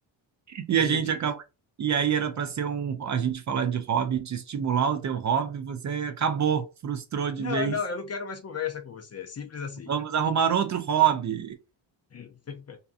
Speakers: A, on the right; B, on the left.
A: E
B: Tenho
A: a gente
B: dito.
A: acaba. E aí era pra ser um. A gente falar de hobby, te estimular o teu hobby, você acabou, frustrou de
B: Não,
A: vez.
B: não, eu não quero mais conversa com você. É simples assim.
A: Vamos arrumar outro hobby.
B: <laughs>